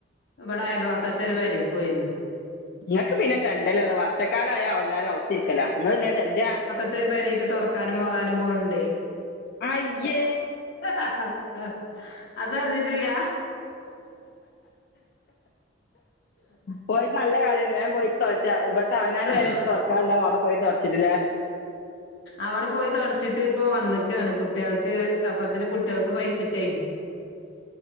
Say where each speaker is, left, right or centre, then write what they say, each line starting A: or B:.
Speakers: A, on the left; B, on the left.
A: ഇവടെ അയൽവക്കത്ത് ഒരു പെരീകൊയ്നു
B: ഇങ്ങക്ക് പിന്നെ തെണ്ടലൊള്ളൂ വർഷക്കാലായ ഒല്ലാരും അകത്തിരിക്കലാ ങ്ങള്ങ്ങനെ തെണ്ടാ
A: ത്തൊരു പെരിക്ക് തൊടക്കാനും മോറാനും പോൺണ്ടെ
B: അയ്യേ
A: ആഹ് അതറിഞ്ഞിട്ടില്ല
B: പോയിട്ട് നല്ല കാര്യ ഞൻ പോയിട്ട് തുടച്ച ഇവിടത്തെ അവനൻറെ
A: ത-
B: പേരെത്തെ തുടക്കണ്ട അവിടെ പോയി തുടച്ചിട്ടില്ലേ
A: അവിടെ പോയി തുടച്ചിട്ട് പ്പൊ വന്നക്കയാണ് കുട്ടികൾക്ക് അപ്പത്തിന് കുട്ടികൾക്ക് പയിച്ചിട്ടേ
B: <inaudible>